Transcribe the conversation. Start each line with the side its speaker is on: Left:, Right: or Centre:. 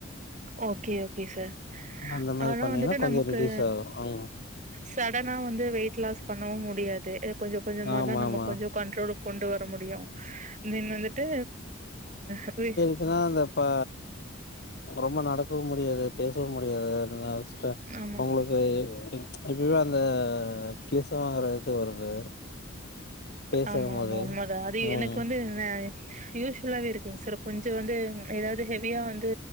Right: ஓகே ஓகே சார்
Left: அந்த மாரி
Right: ஆனா
Left: பண்ணீங்கன்னா
Right: வந்துட்டு
Left: கொஞ்ச
Right: நமக்கு
Left: ரிடியூஸ் ஆகு அம்
Right: சடனா வந்து வெயிட் லாஸ் பண்ணவு முடியாது கொஞ்ச கொஞ்சமாதா
Left: ஆமா
Right: நம்ம
Left: ஆமா
Right: கொஞ்சோ கண்ட்ரோலு கொண்டு வர முடியு தென் வந்துட்டு அ வெய்
Left: த்துனா அந்த பா ரொம்ப நடக்கவு முடியாது பேசவு முடியாது ச்ச
Right: ஆமா
Left: உங்களுக்கு எப்பிமே அந்த கீச வாங்கற இது வருது பேசும்போது.
Right: ஆமா ஆமா உண்மதா அது
Left: ம்,
Right: எனக்கு வந்து இன்ன யூஸ் ஃபுல்லாவே இருக்குங் சார் கொஞ்ச வந்து எதாவது ஹெவியா வந்து